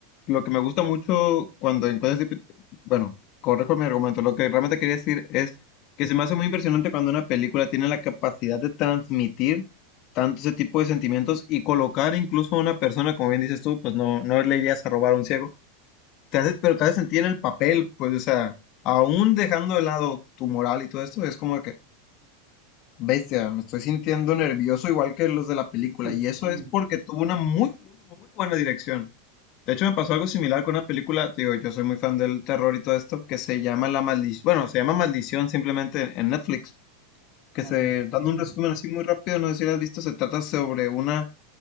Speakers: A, on the left (about 45°); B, on the right (about 25°).
A: lo que me gusta mucho cuando encuentras, este tipo- bueno, correjo mi argumento, lo que realmente quería decir es que se me hace muy impresionante cuando una película tiene la capacidad de transmitir tanto ese tipo de sentimientos y colocar incluso a una persona, como bien dices tú, pues no, no le irías a robar a un ciego, te hace, pero te hace sentir en el papel, pues, o sea, aún dejando de lado tu moral y todo esto, es como que, Bestia, me estoy sintiendo nervioso igual que los de la película,
B: <laughs>
A: y
B: Sí,
A: eso es porque tuvo una muy, muy, muy buena dirección. De hecho, me pasó algo similar con una película, te digo, yo soy muy fan del terror y todo esto, que se llama La Maldición, bueno, se llama Maldición simplemente en en Netflix, que
B: maldición.
A: se, dando un resumen así muy rápido, no sé si lo has visto, se trata sobre una